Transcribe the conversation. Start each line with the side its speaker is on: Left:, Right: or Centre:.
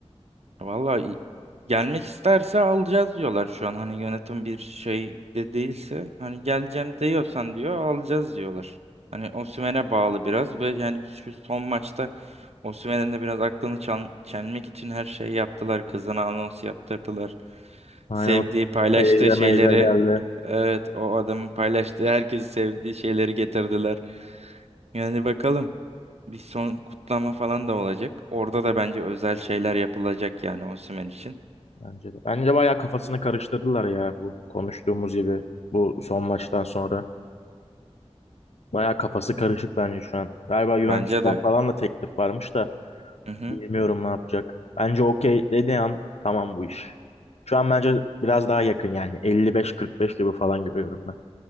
Right: Valla i- gelmek isterse alacağız diyorlar şu an. Hani yönetim bir şey de değilse hani geleceğim diyorsan diyor alacağız diyorlar. Hani Osimhen'e bağlı biraz ve yani şu son maçta Osimhen'in de biraz aklını çel- çelmek için her şeyi yaptılar. Kızına anons yaptırdılar.
Left: Aynen
Right: Sevdiği,
Left: o
Right: paylaştığı
Left: teyze
Right: şeyleri
Left: meyze geldi.
Right: evet o adamın paylaştığı herkesi sevdiği şeyleri getirdiler. Yani bakalım. Bir son kutlama falan da olacak. Orada da bence özel şeyler yapılacak yani Osimhen için.
Left: Bence de. Bence bayağı kafasını karıştırdılar ya bu konuştuğumuz gibi bu son maçtan sonra. Bayağı kafası karışık bence şu an. Galiba Juventus'tan
Right: Bence de.
Left: falan da teklif varmış da
Right: Hı hı.
Left: bilmiyorum ne yapacak. Bence okey dediği an tamam bu iş. Şu an bence biraz daha yakın yani 55-45 gibi falan görüyorum ben.